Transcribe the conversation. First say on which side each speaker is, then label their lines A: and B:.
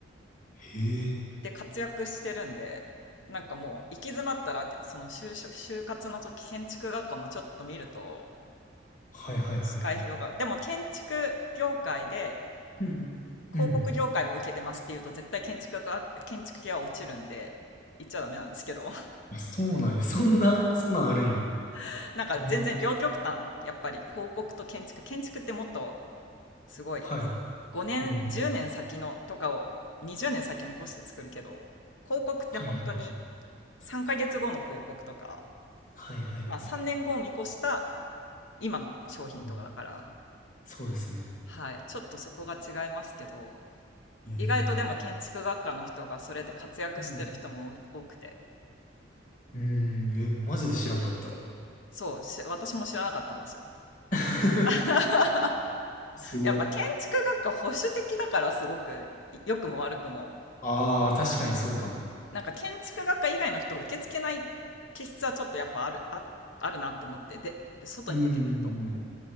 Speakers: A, on the left; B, on the left.
A: へえ。
B: で、活躍してるんで、なんかもう行き詰まったらその就職、就活の時建築学科もちょっと見ると
A: はいはいはいはい。
B: 視界広がる。でも建築業界で
A: うん。
B: 広告業界も受けてますっていうと絶対建築学、
A: うん。
B: 建築系は落ちるんで、言っちゃダメなんですけど
A: あそうなんや。そんな、そんなんあるんや。
B: <laughs>、なんか全然両極端、
A: え
B: やっぱり広告と建築、建築ってもっとすごい
A: はい。
B: 5年、
A: うん。
B: 10年先のとかを20年先見越して作るけど、広告って本当に
A: はいはいはい。
B: 3ヶ月後の広告とか、
A: はいはいはい。
B: まあ3年後を見越した今の商品とかだから、
A: うんそうですね。
B: はい、ちょっとそこが違いますけど、
A: ええ。
B: 意外とでも建築学科の人がそれで活躍してる人も多くて、
A: うん。うん。え、マジで知らんかった。
B: そう、し私も知らなかったんですよ。
A: <laughs>
B: <laughs>
A: すごい。
B: やっぱ建築学科保守的だからすごく、良くも悪くも。
A: ああ、確かにそうかも。
B: なんか建築学科以外の人を受け付けない気質はちょっとやっぱある、あ、あるなって思って、で、外に出てみると。
A: うん。